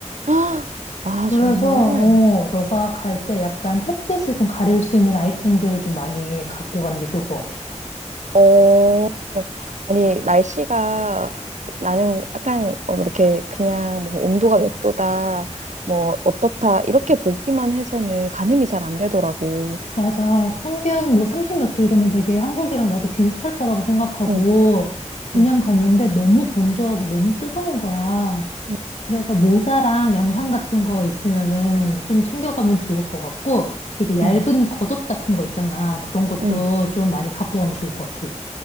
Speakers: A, on the right; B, on the left.
A: <gasps> 아,
B: 그래서,
A: 정말.
B: 어, 너가 갈 때 약간 햇빛을 좀 가릴 수 있는 아이템들을 좀 많이 갖고 가는 게 좋을 것 같아.
A: 어, 아니, 날씨가 나는 약간 어, 이렇게 그냥 뭐 온도가 몇 도다, 뭐 어떻다, 이렇게 보기만 해서는 가늠이 잘 안 되더라고.
B: 맞아. 평균 뭐 30 몇 도 이러면 되게 한국이랑 나도 비슷할 거라고 생각하고
A: 응,
B: 그냥
A: 응,
B: 갔는데 너무 건조하고 너무 뜨거운 거야.
A: 음.
B: 그래서 모자랑 양산 같은 거 있으면은 좀 챙겨가면 좋을 것 같고 되게 얇은
A: 응,
B: 겉옷 같은 거 있잖아. 그런 것도
A: 응.
B: 좀 많이 갖고 가면 좋을 것 같아.